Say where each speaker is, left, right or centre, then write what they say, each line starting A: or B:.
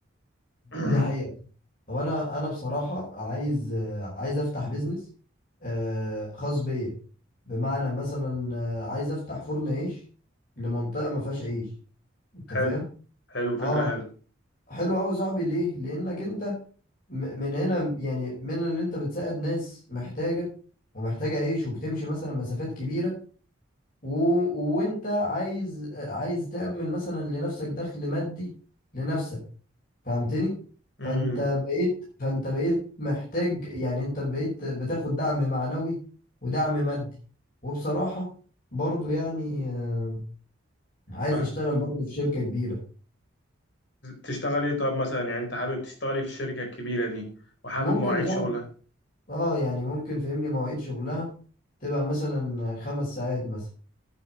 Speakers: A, on the left; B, on the left.
A: دي
B: <clears throat>
A: حقيقة هو انا انا بصراحة عايز آه، عايز افتح بيزنس آه، خاص بيا بمعنى مثلا آه، عايز افتح فرن عيش لمنطقة ما فيهاش عيش انت
B: حلو
A: فاهم
B: حلو فكرة
A: اه
B: حلوة
A: حلو قوي صاحبي ليه لانك انت م- من هنا يعني من اللي انت بتساعد ناس محتاجة ومحتاجة عيش وبتمشي مثلا مسافات كبيرة و... وانت عايز آه، عايز تعمل مثلا لنفسك دخل مادي لنفسك فهمتني
B: امم
A: فانت بقيت فانت بقيت محتاج يعني انت بقيت بتاخد دعم معنوي ودعم مادي وبصراحة برضو يعني آه، عايز
B: فاهم
A: اشتغل برضو في شركة كبيرة
B: تشتغل ايه طب مثلا يعني انت حابب تشتغل ايه في الشركة الكبيرة دي وحابب
A: ممكن
B: مواعيد
A: اصعب
B: شغلها
A: اه يعني ممكن فهمني مواعيد شغلها تبقى مثلا خمس ساعات مثلا